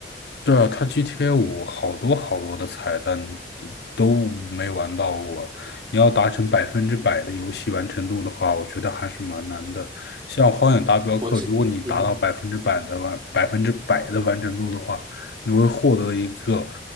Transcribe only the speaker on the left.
对啊，它 GTA 五好多好多的彩蛋你都都没玩到过。你要达成百分之百的游戏完成度的话，我觉得还是蛮难的。像《荒野大镖客》，
如果你达到百分之百的完百分之百的完成度的话，
你会获得一个